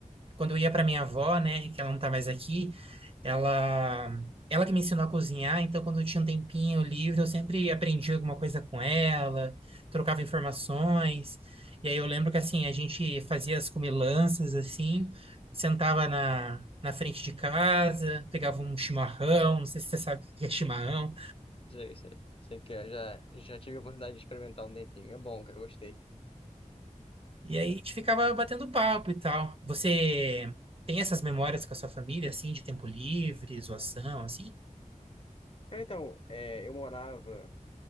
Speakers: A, on the right; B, on the left.
A: quando eu ia para minha avó, né, que ela não tá mais aqui, ela, ela que me ensinou a cozinhar, então quando eu tinha um tempinho livre, eu sempre aprendia alguma coisa com ela, trocava informações. E aí eu lembro que, assim, a gente fazia as comilanças, assim, sentava na, na frente de casa, pegava um chimarrão, não sei se você sabe o que é chimarrão,
B: sei sei sei que eu já, já tive a oportunidade de experimentar um tempinho. É bom, cara, eu gostei.
A: E aí a gente ficava batendo papo e tal. Você tem essas memórias com a sua família, assim, de tempo livre, zoação, assim?
B: Cara, Então, é, eu morava